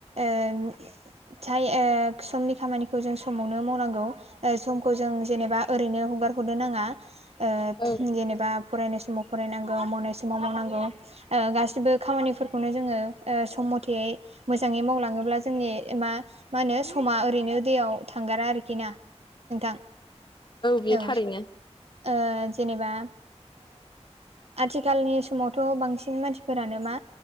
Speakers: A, on the right (about 65°); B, on the left (about 45°).
A: ओं नाथाय ओ समनि खामानिखौ जों समावनो मावनांगौ। समखौ जों जेनेबा ओरैनो हगार हरनो नाङा ओ
B: औ
A: जेनेबा। फरायनाय समाव फरायनांगौ मावनाय समाव मावनांगौ। ओ गासिबो खामानिफोरखौनो जोङो ओ सम मथे मोजाङै मावलाङोब्ला जोंनि मा मा होनो समा ओरैनो दैयाव थांगारा आरोखि ना। नोंथां
B: बेयो
A: औ
B: थारैनो
A: ओ जेनेबा आथिखालनि समावथ' बांसिन मानसिफोरानो मा